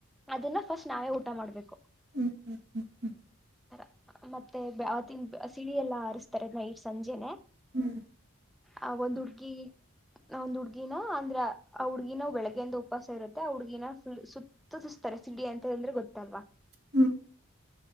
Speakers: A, in the centre; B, on the right.
A: ಅದನ್ನ ಫಸ್ಟ್ ನಾವೇ ಊಟ ಮಾಡ್ಬೇಕು.
B: ಹ್ಮ್ ಹ್ಮ್ ಹ್ಮ್ ಹ್ಮ್
A: ರ ಮತ್ತೆ ಇ ಎಲ್ಲ ಆರರಿಸ್ತಾರೆ ನೈಟ್ ಸಂಜೆನೆ
B: ಹ್ಮ್
A: ಆ ಒಂದ್ ಹುಡ್ಗಿ ಒಂದು್ ಹುಡ್ಗಿನ ಅಂದ್ರ ಆ ಹುಡ್ಗಿನ ಬೆಳಗ್ಗೆಯಿಂದ ಉಪವಾಸ ಇತ್ತೆ ಆ ಹುಡ್ಗಿನುಲ್ ಸುತ್ತ ಸುಸ್ತಾರೆ ಸಿಡಿ ಅಂತಂದ್ರೆ ಗೊತ್ತಲ್ವಾ
B: ಹ್ಮ್